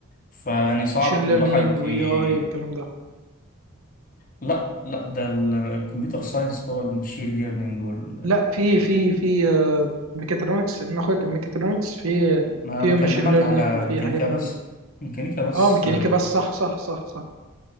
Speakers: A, on the left; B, on the right.
A: فيعني صعب
B: ماشين
A: الواحد
B: ليرنينج واي
A: ي...
B: اي والكلام ده
A: لا لا ده ال- الكمبيوتر ساينس هو المشين ليرنينج وال...
B: لا في في في آه، ميكاترونكس انا اخويا كان ميكاترونكس في
A: ما
B: في
A: بكلمك
B: ماشين ليرنينج
A: على
B: وفي
A: ميكانيكا
B: حاجات
A: بس
B: من دي
A: ميكانيكا بس
B: اه ميكانيكا
A: اه
B: بس صح صح صح صح